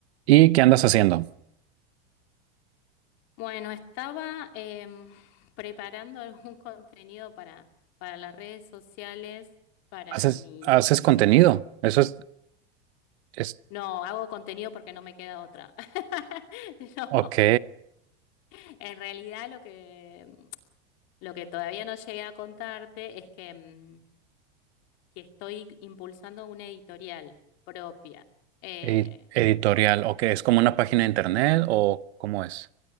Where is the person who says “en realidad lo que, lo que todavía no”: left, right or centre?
Left